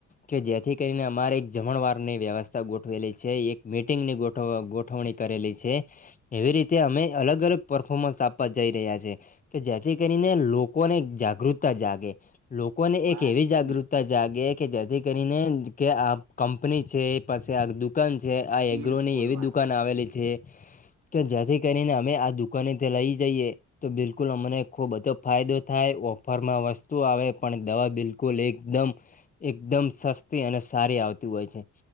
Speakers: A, on the left; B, on the right.
A: કે જેથી કરીને અમારે એક જમણવારની વ્યવસ્થા ગોઠવેલી છે એક મીટિંગ ની ગોઠ ગોઠવણી. કરેલી છે એવી રીતે અમે અલગ અલગ પરર્ફોર્મન્સ આપવા જઈ રહ્યા છે. કે જેથી કરીને લોકોને જાગૃતતા જાગે લોકોને
B: વાત
A: એક એવી જાગૃતતા
B: બી
A: જાગે કે જેથી કરીને કે આ કંપની છે. પાસે આ દુકાન છે આ
B: બિલકુલ
A: એગ્રો ની એવી
B: વાત
A: દુકાન
B: હાચી
A: આવેલી છે. તો જેથી કરીને અમે આ દુઃખ દુકાને તે લઈ જઈએ તો બિલકુલ અમને ખૂબ બધો ફાયદો થાય ઓફરમાં વસ્તુ આવે પણ દવા બિલકુલ એકદમ એકદમ સસ્તી અને સારી આવતી હોય છે.